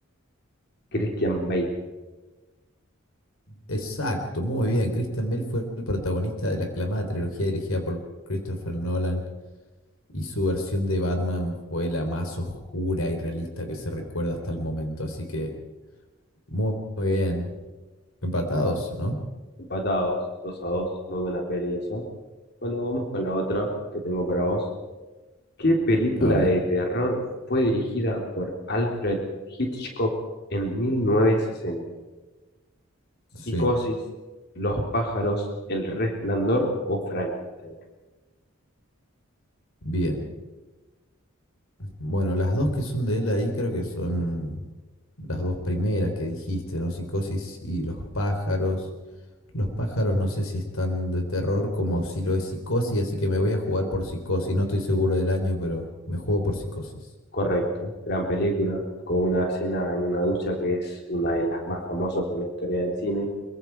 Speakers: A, on the left (about 50°); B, on the left (about 85°).
A: Christian Bale
B: Exacto, muy bien. Christian Bale fue el protagonista de la aclamada trilogía dirigida por Christopher Nolan y su versión de Batman fue la más oscura y realista que se recuerda hasta el momento. Así que muy, muy bien. Empatados, ¿no?
A: Empatados, 2 a 2. muy buena peli esa. Bueno, vamos con la otra que tengo para vos. ¿Qué película
B: A ver.
A: de terror fue dirigida por Alfred Hitchcock en 1960?
B: Sí,
A: ¿Psicosis, Los pájaros, El resplandor o Frankenstein?
B: bien. Bueno, las dos que son de él ahí creo que son las dos primeras que dijiste, ¿no? Psicosis y los pájaros. Los pájaros no sé si están de terror como si lo es Psicosis, así que me voy a jugar por Psicosis. No estoy seguro del año, pero me juego por Psicosis.
A: Correcto, gran película, con una escena en una ducha que es una de las más famosas en la historia del cine.